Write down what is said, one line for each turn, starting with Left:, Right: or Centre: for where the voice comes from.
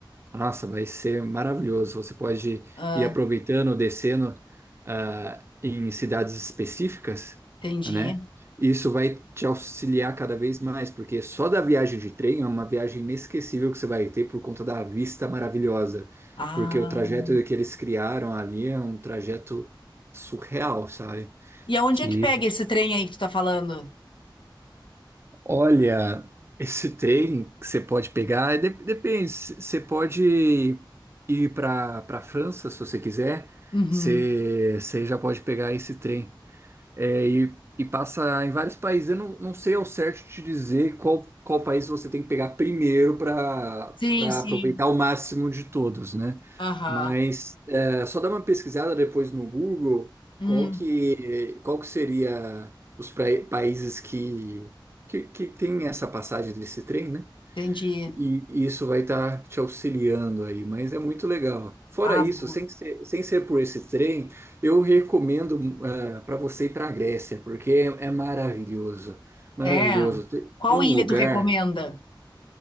Right: nossa, vai ser maravilhoso. Você pode
Left: Ah,
Right: ir aproveitando, descendo, ah, em cidades específicas,
Left: entendi.
Right: né? Isso vai te auxiliar cada vez mais, porque só da viagem de trem é uma viagem inesquecível que você vai ter por conta da vista maravilhosa.
Left: Ah.
Right: Porque o trajeto que eles criaram ali é um trajeto surreal, sabe?
Left: E aonde
Right: Que
Left: é que pega esse trem aí que tu tá falando?
Right: Olha, esse trem que você pode pegar, é de- depende, c- você pode ir para para França se você quiser,
Left: Uhum.
Right: você, você já pode pegar esse trem. É, e, e passa em vários países. Eu não, não sei ao certo te dizer qual, qual país você tem que pegar primeiro para
Left: Sim,
Right: para
Left: sim.
Right: aproveitar o máximo de todos, né?
Left: Aham.
Right: Mas é, só dá uma pesquisada depois no Google
Left: Hum,
Right: qual que, qual que seria os pra- países que, que, que tem essa passagem desse trem, né?
Left: entendi.
Right: E isso vai estar te auxiliando aí, mas é muito legal. Fora
Left: Ah,
Right: isso,
Left: boa.
Right: sem ser, sem ser por esse trem, eu recomendo para você ir para a Grécia, porque é, é maravilhoso. Maravilhoso.
Left: É.
Right: Tem
Left: Qual
Right: um
Left: ilha
Right: lugar,
Left: tu recomenda?